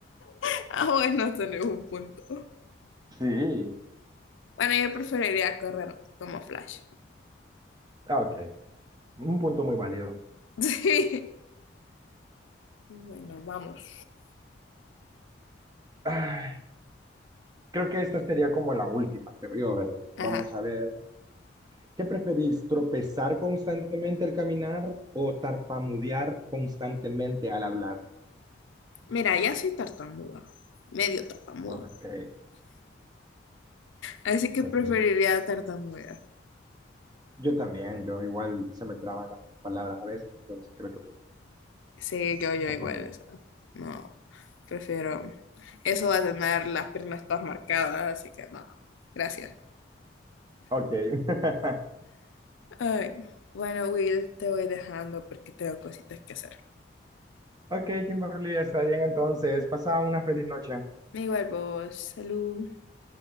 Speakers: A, on the left (about 80°); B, on the right (about 20°).
A: <laughs> ah, bueno, tenés un punto.
B: Sí,
A: Bueno, yo preferiría correr como Flash.
B: ah, ok, un punto muy válido.
A: <laughs> Sí. Bueno, vamos.
B: Ay, creo que esta sería como la última, creo yo, ¿verdad?
A: Ajá.
B: Vamos a ver. ¿Qué preferís, tropezar constantemente al caminar o tarpamudear constantemente al hablar?
A: Mira, ya soy tartamuda, medio tartamuda.
B: Ok.
A: Así que
B: porque
A: preferiría tartamudear.
B: yo también, yo igual se me traban las palabras a veces, entonces creo que
A: Sí, yo, yo
B: tartamudeo.
A: igual, o sea, no, prefiero. Eso va a tener las piernas todas marcadas, así que no, gracias.
B: Ok. <laughs>
A: Ay, bueno, Will, te voy dejando porque tengo cositas que hacer.
B: Ok, Kimberly, está bien entonces. Pasa una feliz noche.
A: Igual vos, salud.